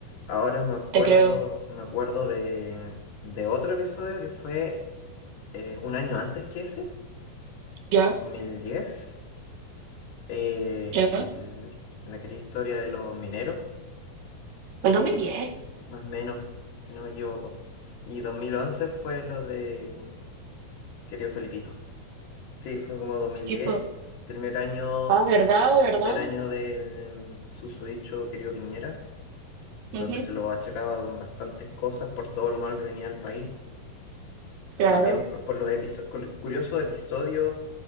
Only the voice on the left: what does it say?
Ahora me acuerdo,
me acuerdo de, de otro episodio que fue eh, un año antes que ese,
2010, eh,
el- la querida historia de los mineros,
más o menos, si no me equivoco. Y 2011 fue lo de querido Felipito. Sí, fue como dos mil
diez
primer año
de,
primer año del susodicho querido Piñera, donde
se lo achacaba con bastantes cosas por todo lo malo que venía al país.
más bien por, por los episo- cul- curiosos episodios